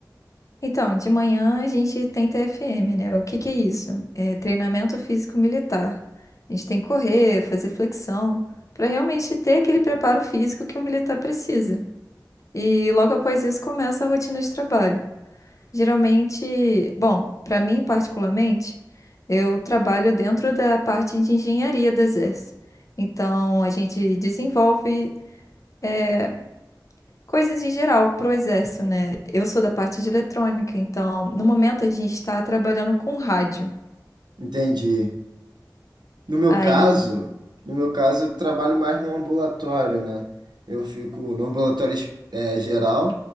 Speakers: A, on the left; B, on the right.
A: Então, de manhã a gente tem TFM, né? O que que é isso? É treinamento físico militar. A gente tem que correr, fazer flexão, pra realmente ter aquele preparo físico que o militar precisa. E logo após isso começa a rotina de trabalho. Geralmente, bom, para mim particularmente, eu trabalho dentro da parte de engenharia do Exército. Então, a gente desenvolve eh, coisas em geral para o Exército, né? Eu sou da parte de eletrônica, então, no momento, a gente está trabalhando com rádio.
B: Entendi. No meu
A: Aí.
B: caso, no meu caso, eu trabalho mais no ambulatório, né? Eu fico no ambulatório es- eh, geral